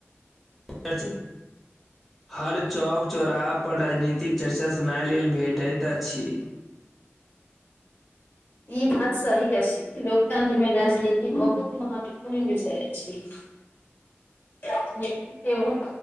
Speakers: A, in the centre; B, on the left.
A: चच हर चौक चौराहा पर राजनीतिक चर्चा सुनय लेल भेटैत अछि
B: ई बात सही अइछ लोकतंत्र में राजनीति बहुत महत्वपूर्ण विषय अछि अकेले